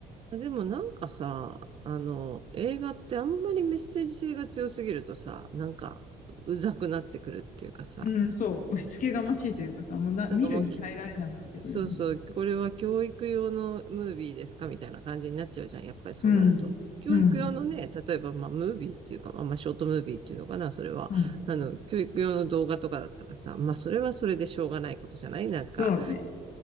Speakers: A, on the right; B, on the left.
A: でもなんかさ、あの、映画ってあんまりメッセージ性が強すぎるとさ、なんか、うざくなってくるっていうかさ、
B: うん、そう。押し付けがましいというかさ、もうな、見るに耐えられなくなってくるよね。
A: なんかもうそうそう、これは教育用のムービーですかみたいな感じになっちゃうじゃん。やっぱりそうなると。
B: うん、
A: 教育用のね、
B: うん、
A: 例えば、まあ、ムービーっていうか、まあ、まあショートムービーっていうのかな、それは。
B: うん。
A: あの、教育用の動画とかだったらさ、まあ、それはそれでしょうがないことじゃないなんか、
B: そうね。